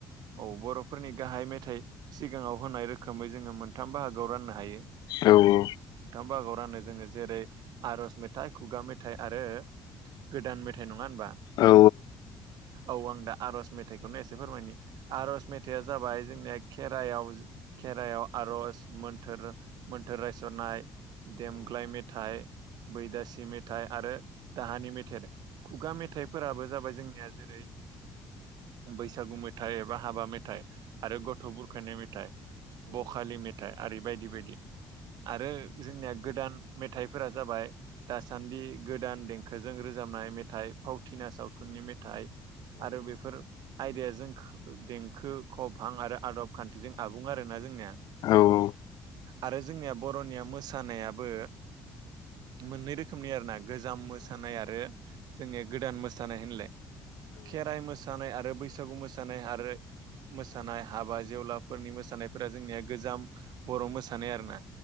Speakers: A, on the right; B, on the left.
A: औ बर'फोरनि गाहाय मेथाइ सिगाङाव होनाय रोखोमै जोङो मोनथाम बाहागोआव राननो हायो।
B: औ औ
A: बागाव रानो जोङो जेरै आर'ज मेथाइ, खुगा मेथाइ, आरो गोदान मेथाइ न ङा होनबा!
B: औ
A: औ आं दा आर'ज मेथाइखौनो एसे फोरमायनि आर'ज मेथाइआ जाबाय जोंनिया खेरायाव खेरायाव आर'ज मोन्थोर मोन्थोर रायसननाय देमग्लाय मेथाइ, बैदासि मेथाइ, आरो दाहानि मेथाइ खुगा मेथाइफोराबो जाबाय जोंनिया जेरै- बैसागु मेथाइ एबा हाबा मेथाइ आरो ग'थ बुरखायनाय, मेथाइ बखालि मेथाइ आरि बायदि बायदि आरो जोंनिया गोदान मेथाइफोरा जाबाय दासान्दि गोदान देंखोजों रोजाबनाय मेथाइ फावथिनाय सावथुननि मेथाइ आरो बेफोर आयदाया जोंख देंखो खभां आरो आदब खान्थिजों आबुं आरोना जोंनिया
B: औ औ
A: आरो जोंनिया बर'निया मोसानायाबो मोननै रोखोमनि आरोना गोजाम मोसानाय आरो जोंनिया गोदान मोसानाय होनलाय। खेराइ मोसानाय आरो बैसागु मोसानाय आरो मोसानाय हाबा जेवलाफोरनि मोसानायफोरा जोंनिया गोजाम बर' मोसानाय आरोना।